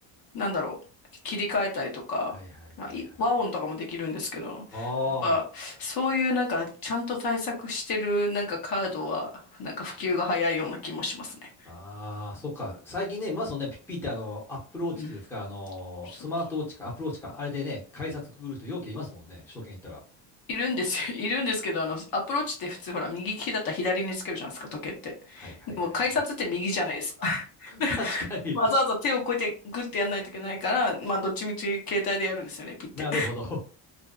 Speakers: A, on the left; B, in the centre.
A: なんだろう、切り替えたりとか、
B: はいはいはいはい。
A: まあい和音とかもできるんですけど、
B: あ
A: やっぱ、そういうなんか、ちゃんと対策してるなんかカードは、なんか普及が早いような気もしますね。
B: あ、ああ、そっか。最近ね、見ますよね、ピッピってあの、アップルウォッチっていうんですか、
A: うん
B: あのー、
A: そう
B: スマートウォッチか、アップルウォッチか、あれでね、改札くぐる人、ようけいますもんね、首都圏行ったら。
A: いるんですよ。<laughs> いるんですけど、あの、アプローチって普通ほら、右利きだったら左につけるじゃないですか、時計って。
B: はいはいはいはい。
A: でも、改札って右じゃないですか。
B: <laughs> 確かに。
A: わざわざ手をこうやってグッてやんないといけないから、まあどっちみち携帯でやるんですよね、ピッて。
B: なるほど。